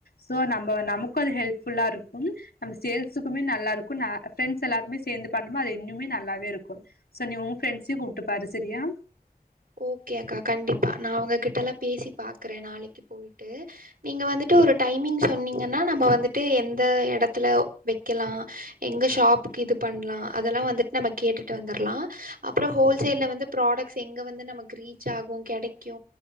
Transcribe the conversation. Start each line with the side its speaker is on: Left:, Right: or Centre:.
Left: சோ நம்ப நமக்கு அது ஹெல்ப் ஃபுல்லா இருக்கும் நம்ப சேல்ஸுக்குமே நல்லா இருக்கு நா ஃப்ரெண்ட்ஸ் எல்லாருமே சேந்து பண்ணோம அது இன்னுமே நல் நல்லாவே இருக்கு சோ நீ உ ஃப்ரெண்ஸையு கூப்ட்டு பாரு செரியா
Right: ஓகே அக்கா கண்டிப்பா நா அவங்ககிட்டல்லா பேசி பாக்குறே நாளைக்கு போய்ட்டு நீங்க வந்துட்டு ஒரு டைமிங் சொன்னீங்கன்னா நம்ம வந்துட்டு எந்த எடத்துல வைக்கலா எங்க ஷாப்புக்கு இது பண்லா அதெல்லா வந்துட்டு நம்ம கேட்டுட்டு வந்துர்லா அப்பறோ ஹோல்சேல்ல வந்து ப்ராடக்ட்ஸ் எங்க வந்து நமக்கு ரீச் ஆகு கெடைக்கு